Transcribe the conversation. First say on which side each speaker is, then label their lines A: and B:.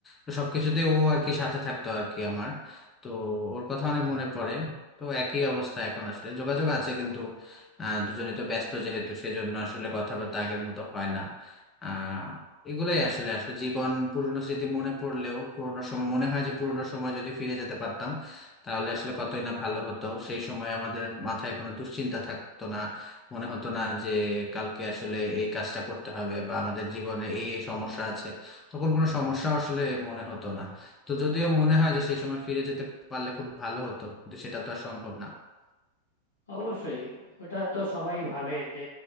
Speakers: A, on the left; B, on the left.
A: তো সবকিছুতেই ও আর কি সাথে থাকতো আর কি আমার তো ওর কথা অনেক মনে পড়ে তো একই অবস্থা এখন আসলে যোগাযোগ আছে কিন্তু আহ দুজনে তো ব্যস্ত যেহেতু সেজন্য আসলে কথাবার্তা আগের মতো হয় না আহ এগুলোই আসলে আসলে জীবন পুরনো স্মৃতি মনে পড়লেও পুরনো সময় মনে হয় যে পুরনো সময় যদি ফিরে যেতে পারতাম তাহলে আসলে কতই না ভালো হতো সেই সময় আমাদের মাথায় কোনো দুশ্চিন্তা থাকতো না মনে হতো না যে কালকে আসলে এই কাজটা করতে হবে বা আমাদের জীবনে এই এই সমস্যা আছে তখন কোনো সমস্যা আসলে মনে হতো না তো যদিও মনে হয় যে সেই সময় ফিরে যেতে পারলে খুব ভালো হতো কিন্তু সেটা তো আর সম্ভব না
B: অবশ্যই ওটা তো সবাই ভাবে যে